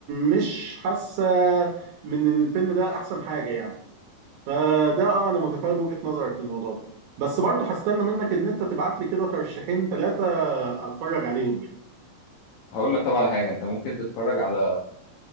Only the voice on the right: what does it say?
مش حاسة من إن الفيلم ده أحسن حاجة يعني فده اه انا متفاهم وجهة نظرك في الموضوع ده بس برضه هستنى منك ان انت تبعت لي كده ترشيحين ثلاثة اتفرج عليهم يعني